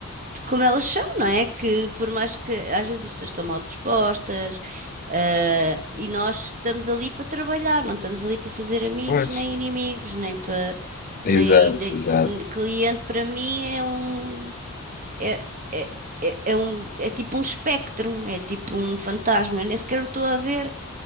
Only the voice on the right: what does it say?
de como elas são, não é? Que por mais que às vezes as pessoas estão mal dispostas, ah, e nós estamos ali para trabalhar, não estamos ali para fazer amigos
nem inimigos, nem para
nem, nem-
eh, cliente para mim é um é, é, é, é um é tipo um espectro, é tipo um fantasma. Eu nem sequer o estou a ver.